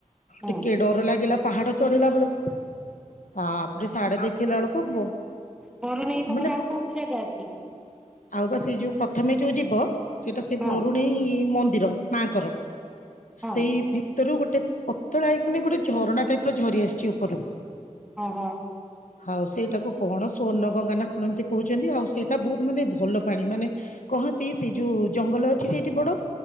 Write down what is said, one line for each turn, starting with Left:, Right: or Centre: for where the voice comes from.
Centre: ହଁ।
Left: ଟିକେ ଡର ଲାଗିଲା ପାହାଡ ଚଢିଲା ବେଳକୁ ତାପରେ ସାଡେ ଦେଖିଲା ବେଳକୁ ବହୁ
Centre: ବରୁଣେଇ ପାଖରେ
Left: ମାନେ
Centre: ଆଉ କୋଉ କୋଉ ଜାଗା ଅଛି?
Left: ଆଉ ବା ସେ ଯୋଉ ପ୍ରଥମେ ଯୋଉ ଯିବୁ। ବ ସେଇଟା ସେ
Centre: ହଁ
Left: ବରୁଣେଇ ମନ୍ଦିର। ମା ଙ୍କର।
Centre: ହଁ
Left: ସେଇ ଭିତରୁ ଗୋଟ <unintelligible> ପତଳା ହେଇକି ମାନେ ଗୋଟେ ଝରଣା ଟାଇପ ର ଝରି ଆସିଛି ଉପରୁ
Centre: ଓ ହୋ।
Left: ଆଉ ସେଇଟାକୁ କଣ ସ୍ଵର୍ଣ୍ଣ ଗଙ୍ଗା ନା କଣ ଏମିତି କହୁଛନ୍ତି ଆଉ ସେଇଟା ବହୁତ ମାନେ ଭଲ ପାଣି ମାନେ କହନ୍ତି ସେଇ ଯୋଉ ଜଙ୍ଗଲ ଅଛି ସେଇଠି ବଡ